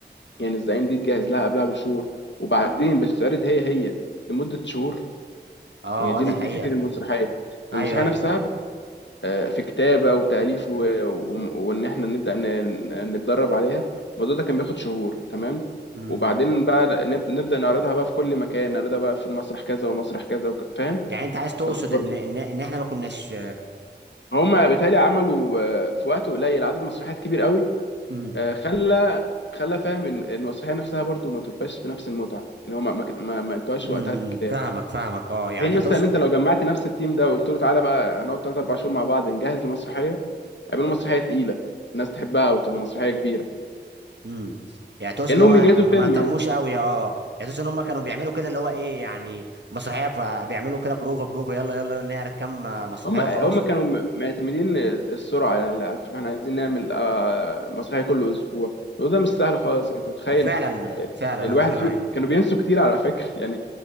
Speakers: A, on the left; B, on the right.
A: يعني الزعيم دي تجهز لها قبلها بشهور وبعدين بتتعرض هي هي لمده شهور
B: اه
A: يعني دي
B: اه دي حقيقه
A: دي فكره المسرحيه
B: ايوه
A: المسرحيه
B: ايوه
A: نفسها آه، في كتابه وتاليف و- و- وان احنا نبدا ن- نتدرب عليها الموضوع ده كان بياخد شهور تمام
B: امم
A: وبعدين بقى نب- نبدا نعرضها بقى في كل مكان نعرضها بقى في المسرح كذا ومسرح كذا وك- فاهم
B: يعني انت عايز تقصد
A: برضه
B: ان ان ان احنا ما كناش
A: هما بيتهيألي عملوا آه، في وقت قليل عدد مسرحيات كبير قوي
B: امم
A: آه، خلى خلى فاهم إن المسرحيه نفسها برضو ما تبقاش بنفس المتعه ان هما ما كت- ما ما ادوهاش
B: امم
A: وقتها في
B: أمم.
A: الكتاب
B: فاهمك فاهمك اه يعني
A: لان
B: انت
A: مثلا
B: تقصد
A: انت لو جمعت نفس التيم ده وقلت له تعالى بقى هنقعد 3 4 شهور مع بعض نجهز لمسرحيه هيعملوا مسرحيه تقيله الناس تحبها وتبقى مسرحيه كبيره
B: امم يعني تقصد
A: كانهم
B: ان هو
A: بيجهزوا
B: ما
A: فيلم
B: ما اهتموش
A: يعني
B: قوي اه يعني تقصد ان هم كانوا بيعملوا كده اللي هو ايه يعني مسرحيه فبيعملوا كده بروفا بروفا يلا يلا نعرض كام مسرحيه
A: هما
B: وخلاص
A: هما كانوا م- معتمدين السرعه يعني اللي عارف اللي احنا عايزين نعمل آه، مسرحيه كل اسبوع وده مش سهل خالص يعني انت متخيل
B: وفعلا
A: آه،
B: فعلا
A: الواحد
B: انا متفق معاك
A: فيهم كانوا بينسوا كتير على فكرة يعني